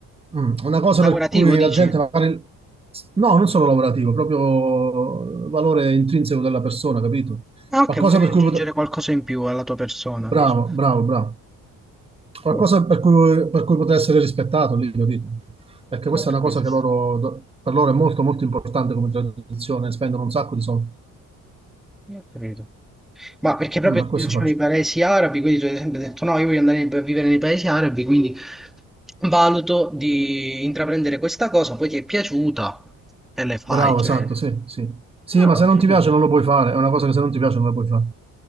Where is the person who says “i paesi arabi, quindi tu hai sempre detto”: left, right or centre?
Centre